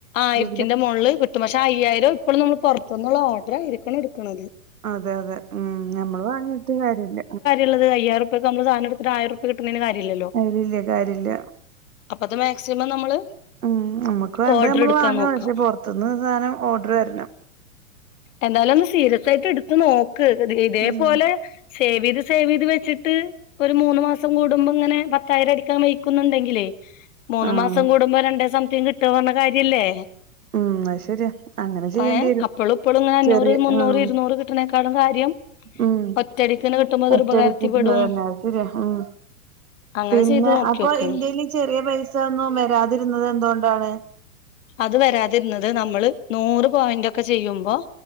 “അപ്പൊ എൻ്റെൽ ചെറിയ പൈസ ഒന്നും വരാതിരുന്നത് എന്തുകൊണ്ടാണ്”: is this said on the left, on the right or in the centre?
Right